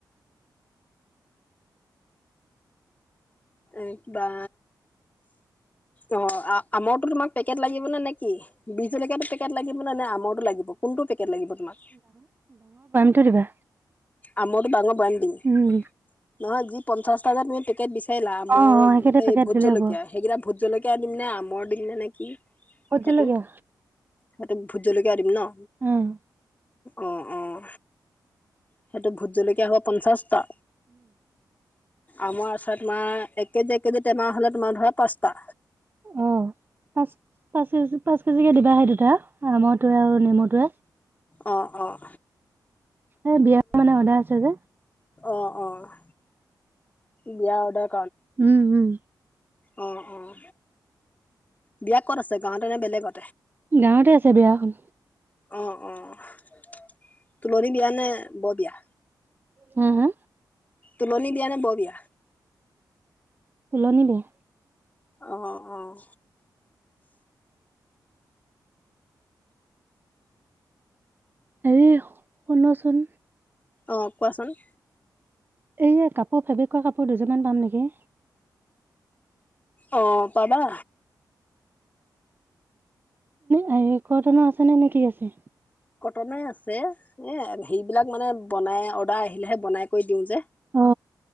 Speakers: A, on the left; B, on the right.
A: এক বা, অ। আমৰটো তোমাক পেকেট লাগিবনে নে কি? বী জলকীয়া দুপেকেট লাগিব নে আমৰটো লাগিব কোনটো পেকেট লাগিব তোমাক?
B: টো দিবা।
A: আমৰটো ডাঙৰ বয়াম দিম
B: উম।
A: নহয় যি পঞ্চাশটা যে তুমি পেকেট বিচাৰিলা আমৰ
B: অ অ একেটা পেকেট
A: এই ভোট
B: দিলে
A: জলকীয়া
B: হ'ব।
A: সেইকেইটা ভোট জলকীয়া দিম নে আমৰ অিল ন নে কি সেইটো,
B: জলকীয়া।
A: সেইটো ভোট জলকীয়া দিম ন?
B: উম
A: অঁ, অঁ। সেইটো ভোট জলকীয়া হ'ব পঞ্চাশটা। আমাৰ আচ তোমাৰ এক কেজি এক কেজি টেমা হলে তোমাৰ ধৰা পাঁচটা।
B: অ পাঁচ পাঁচ কেজি পাঁচ কেজিকে দিবা সেই দুতটা, আমৰটোৱে আৰু নেমুটোৱে।
A: অঁ, অঁ।
B: এ বিয়া মানে অৰ্ডাৰ আছে যে।
A: অ', অ', বিয়া অডাৰ
B: উম উম।
A: অঁ, অঁ। বিয়য়া ক'ত আছে গাঁৱতে নে বেলেগত?
B: গাঁৱতে আছে বিয়াখন।
A: অ', অ', তুলনি বিয়া নে বৰ বিয়া?
B: হে হে?
A: তুলনি বিয়া নে ব বিয়া
B: তুলনি বিয়া
A: অঁ অঁ
B: আজি শুনাচোন
A: অঁ কোৱাচোন
B: এইয়া কাপোৰ ফেব্ৰিকৰ কাপোৰ দুযোৰমান পাম নেকি
A: অঁ পাবা
B: এনে কটনৰ আছে তেনেহলে কি আছে
A: কটনে আছে এ সেইবিলাক মানে বনাই অৰ্ডাৰ আহিলেহে বনাই কৰি দিওঁ যে
B: অ